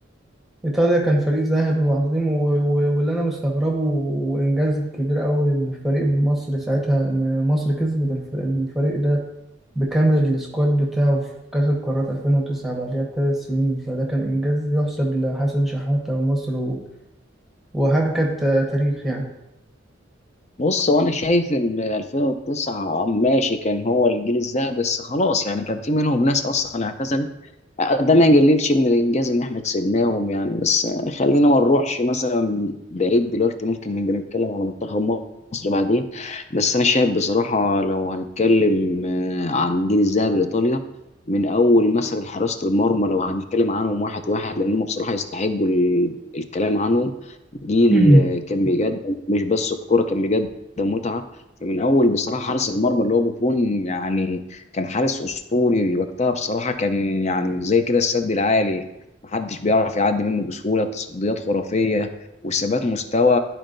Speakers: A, in the centre; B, on the left.
A: ايطاليا كان فريق ذهبي وعظيم و- و- واللي انا مستغربه وانجاز كبير قوي للفريق بمصر ساعتها ان مصر كسبت الف- الفريق ده بكامل السكواد بتاعه في كأس القارات 2009 بعدها بثلاث سنين فده كان إنجاز يحسب لحسن شحاتة ومصر و... وحاجة كانت آه، تاريخ يعني
B: بص هو انا شايف ان 2009 ماشي كان هو الجيل الذهبي بس خلاص يعني كان في منهم ناس اصلا اعتزلت ده ما يقللش من الانجاز ان احنا كسبناهم يعني بس خلينا ما نروحش مثلا بعيد دلوقتي ممكن نبقى نتكلم على منتخب مصر بعدين بس انا شايف بصراحه لو هنتكلم آه، عن جيل الذهب لايطاليا من اول مثلا حراسه المرمى لو هنتكلم عنهم واحد واحد لان هم بصراحه يستحقوا ال- الكلام عنهم جيل
A: <clears throat>
B: آه، كان بيقدم مش بس الكوره كان بيقدم متعه فمن اول بصراحه حارس المرمى اللي هو بوفون يعني كان حارس اسطوري وقتها بصراحه كان يعني زي كده السد العالي محدش بيعرف يعدي منه بسهوله تصديات خرافيه وثبات مستوى